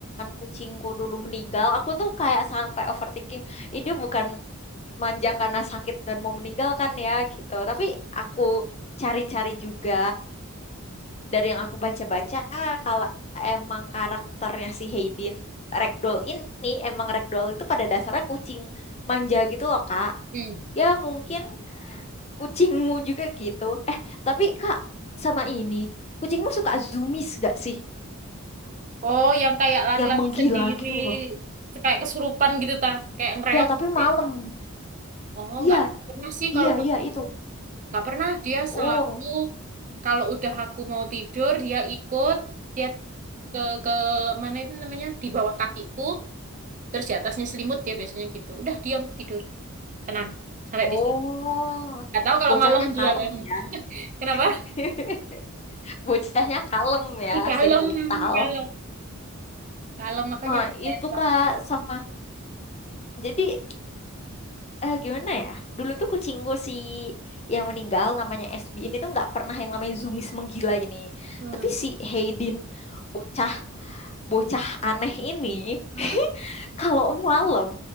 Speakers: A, on the left; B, on the right.
A: kucingku dulu meninggal. Aku tuh kayak sampai overthinking. Ini dia bukan manja karena sakit dan mau meninggalkan ya gitu. Tapi aku cari-cari juga dari yang aku baca-baca kalau emang karakternya si Hayden Ragdoll ini emang Ragdoll itu pada dasarnya kucing manja gitu loh Kak
B: Mm.
A: ya mungkin kucingmu juga gitu eh tapi Kak sama ini kucingmu suka zoomies gak sih
B: oh yang kayak lari-lari
A: yang menggila
B: sendiri
A: gitu loh
B: kayak kesurupan gitu ta kayak ngereok
A: ya tapi
B: gitu
A: malam
B: ya oh
A: iya
B: nggak pernah sih kalau
A: iya
B: kucing
A: iya itu
B: itu. nggak pernah dia
A: oh
B: selalu kalau udah aku mau tidur dia ikut dia ke ke mana itu namanya di bawah kakiku terus di atasnya selimut dia biasanya gitu udah diam tidur tenang sampai
A: oh
B: besok nggak tahu kalau
A: bocahnya
B: malam
A: kalem
B: dia kan
A: ya
B: <laughs> kenapa
A: <laughs> bocahnya kalem ya
B: ih kalem
A: si buntal
B: kalem kalem makanya
A: nah
B: aku sayang
A: itu
B: banget
A: Kak sama jadi eh gimana ya? Dulu tuh kucing gue si yang meninggal namanya SB ini tuh nggak pernah yang namanya Zumis menggila ini.
B: hmm.
A: Tapi si Haydin bocah bocah aneh ini
B: Hmm?
A: <laughs> kalau malam